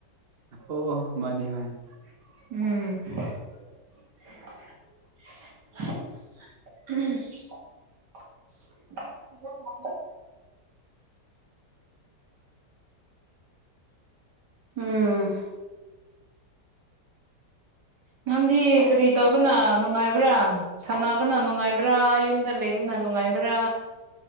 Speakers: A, on the right; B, on the right.
A: ꯑꯣ ꯃꯥꯅꯤ ꯃꯥꯅꯤ
B: ꯎꯝ ꯎꯝ <inaudible> ꯎꯝ ꯅꯪꯗꯤ ꯀꯔꯤ ꯇꯧꯕꯅ ꯅꯨꯡꯉꯥꯏꯕ꯭ꯔꯥ ꯁꯥꯟꯅꯕꯅ ꯅꯨꯡꯉꯥꯏꯕ꯭ꯔꯥ ꯌꯨꯝꯗ ꯂꯩꯕꯅꯥ ꯅꯨꯡꯉꯥꯏꯕ꯭ꯔꯥ